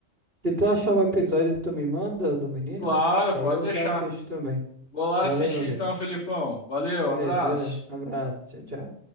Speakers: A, on the right; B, on the left.
A: Se tu achar o episódio, tu me manda o do menino,
B: Claro,
A: porque
B: pode
A: aí eu
B: deixar.
A: já assisto também.
B: Vou lá
A: Valeu,
B: assistir
A: meu amigo.
B: então, Felipão. Valeu,
A: Beleza,
B: abraço.
A: beleza. Abraço, tchau, tchau.